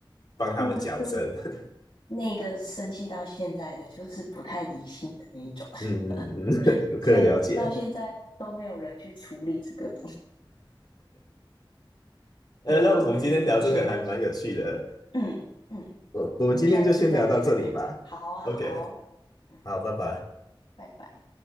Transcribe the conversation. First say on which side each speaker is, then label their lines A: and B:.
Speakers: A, on the left (about 50°); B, on the left (about 70°).
A: 帮他们矫正。
B: 就就
A: <laughs>
B: 那个生气到现在的，就是不太理性的那一种，
A: 嗯嗯嗯，
B: <laughs>
A: <laughs> 我可以了解。
B: 所以到现在都没有人去处理这个。
A: 呃，
B: 对，
A: 那我们今天聊这个还蛮有趣的，
B: 就是到现在这样。嗯嗯，
A: 我我们今天就先聊到这里吧。
B: 我们下次再可以再看看。好啊，
A: OK，
B: 好，嗯，
A: 好，拜拜。
B: 拜拜。